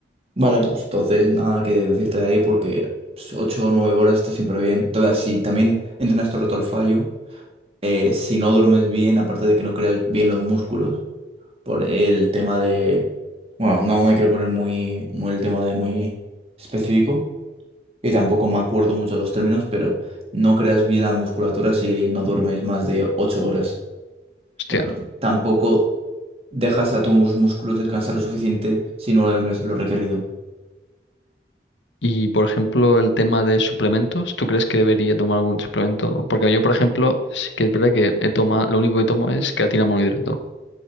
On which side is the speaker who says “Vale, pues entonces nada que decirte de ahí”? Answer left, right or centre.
Right